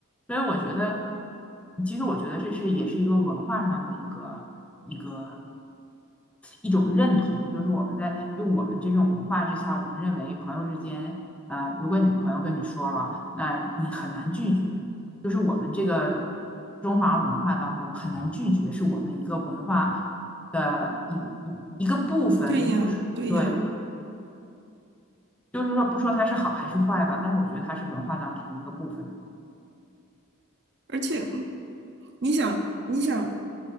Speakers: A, in the centre; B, on the right (about 55°).
A: 所以我觉得，其实我觉得这是也是一个文化上的一个一个。一种认同，就是我们在就我们这种文化之下，我们认为朋友之间，啊、如果你朋友跟你说了，那你很难拒绝，就是我们这个中华文化当中很难拒绝，是我们一个文化的一一一个部分，
B: 对呀，
A: 不是对不
B: 对呀，
A: 就是说不说它是好还是坏吧，但是我觉得它是文化当中的一个部分，
B: 而且你想，你想，